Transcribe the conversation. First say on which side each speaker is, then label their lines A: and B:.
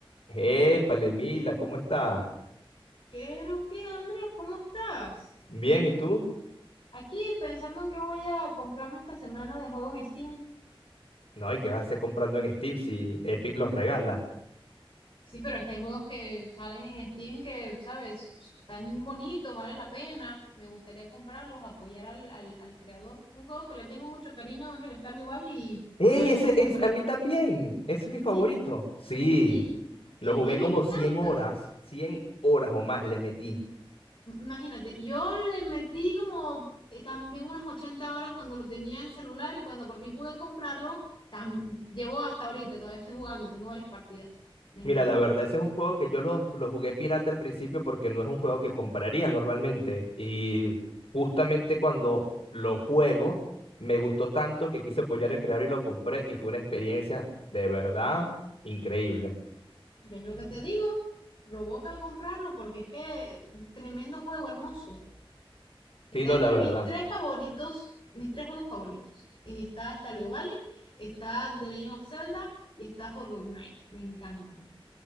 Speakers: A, on the left; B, on the left.
A: Épale, Mila, ¿cómo estás?
B: ¿Qué es lo que, Andrés? ¿Cómo estás?
A: Bien, ¿y tú?
B: Aquí pensando en qué voy a comprarme esta semana de juego en Steam.
A: No, ¿y qué vas a hacer comprando en Steam si Epic los regala?
B: Sí, pero es que hay juegos que salen en Steam que, ¿sabes? Están bonitos, vale la pena. Me gustaría comprarlos, apoyar al, al, al creador. Un juego que le tengo mucho cariño es el Stardew Valley y
A: ¡Ey,
B: para
A: ese
B: eso lo compré.
A: es a mí también! Ese es mi favorito.
B: Sí,
A: Sí,
B: y,
A: lo
B: y
A: jugué
B: que me
A: como
B: encanta.
A: 100 horas, 100 horas o más le metí.
B: Imagínate, yo le metí como eh, también unas 80 horas cuando lo tenía en celular y cuando por fin pude comprarlo, tam- llevo hasta ahorita, todavía estoy jugando, tengo varias partidas, me
A: Mira,
B: encanta.
A: la verdad, ese es un juego que yo lo, lo jugué pirata al principio porque no es un juego que compraría normalmente. Y justamente cuando lo juego, me gustó tanto que quise apoyar al creador y lo compré y fue una experiencia de verdad increíble.
B: ¿Ves lo que te digo? Provoca comprarlo porque es que eh, tremendo juego, hermoso. Está
A: Sí, no,
B: entre
A: la verdad.
B: mis tres favoritos, mis tres juegos favoritos. Está Stardew Valley, está The Legend of Zelda y está Hollow Knight, me encantan.